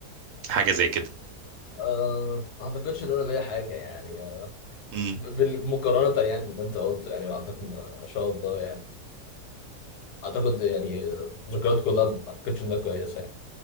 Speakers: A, on the right; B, on the left.
A: حاجه زي
B: آه، ما اعتقدش ان انا ليا حاجه يعني آه،
A: كده
B: ب- بال- مقارنه يعني باللي انت قلته يعني اعتقد ان إن شاء الله يعني اعتقد يعني آه، ذكريات كلها ما اعتقدش انها كويسه